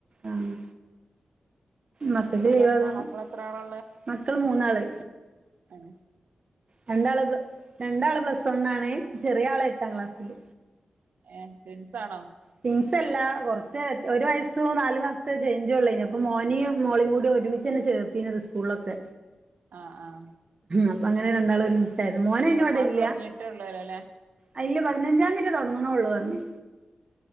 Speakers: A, on the right; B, on the right.
A: ആഹ് മക്കക്ക്
B: വേറെന്താ
A: ലീവയോണ്ട്
B: മക്കള് എത്ര ആളാ
A: മക്കള് മൂന്നാള്
B: ഏഹ്
A: രണ്ടാള് രണ്ടാള് പ്ലസ്സ് വൺ ആണ് ചെറിയ ആള് എട്ടാം ക്ലാസ്സില്
B: ഏഹ് റ്റുൻസ് ആണോ
A: റ്റിൻസ് അല്ല കോറച്ച് ഒരു വയസും നാല് മാസത്തെ ചേഞ്ച് ഉള്ളെനി അപ്പ മോനിയിം മോളിയും കൂടി ഒരുമിച്ച് ചേർത്തിനത് സ്കൂളൊക്കെ
B: ആഹ് ആഹ്
A: അപ്പൊ അങ്ങനെ രണ്ടാൾ ഒരുമിച്ചായത മോന് അയിന്
B: ഇപ്പം
A: ഇവിടെ
B: ക്ലാസ്
A: ഇല്ല
B: തുടങ്ങിയിട്ടേ ഉള്ളൂല്ലോ അല്ലേ
A: അയില് പതിനഞ്ചാന്തി ഏറ്റെ തൊടങ്ണോള്ളു പറഞ്ഞ്